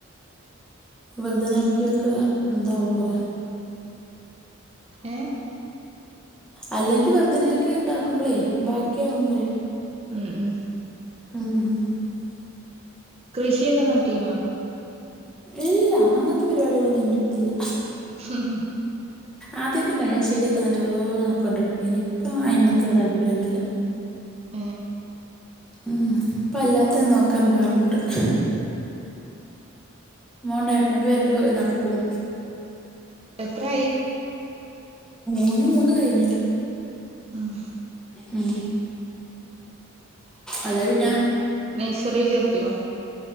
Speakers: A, in the centre; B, on the right (about 30°).
A: വർധനക്കിയൊക്കെ എന്താവും പറയാ
B: ഏ
A: അല്ലെങ്കില് വര്ധനയൊക്കെ ഉണ്ടാക്കുമ്പളേ ബാക്കിയാവുമ്പളേയ്
B: മം ഉം
A: ആഹ
B: കൃഷിയൊക്കെ നട്ടീനോ
A: ഇല്ല അങ്ങനത്തെ പരിപാടികളൊന്നും എന്റെറട്ത്തില്ല
B: ഹ് ഉം ഹ്
A: ആദ്യമൊക്കെ ഇണ്ടായി ഞാൻ ചെടിയൊക്കെ നല്ലോ നോക്കണ്ടണ്ട്ക്കയ്നി ഇപ്പ അയ്മയ്ക്ക്‌ള്ള താല്പര്യന്നുല്ല
B: <unintelligible>
A: ഉ ഇപ്പ അല്ലാത്ത നോക്കാനമ്പാടുണ്ട് ടുണ്ട് മോൻണ്ടായിട്ടോ ഓന്റെ ബേക്കല് കുറ നടക്കും
B: എത്രായി
A: ഓന് മൂന്ന് കഴിഞ്
B: ആഹ
A: അ അത് പിന്നെ
B: നൈസറി ചേർത്തിയോ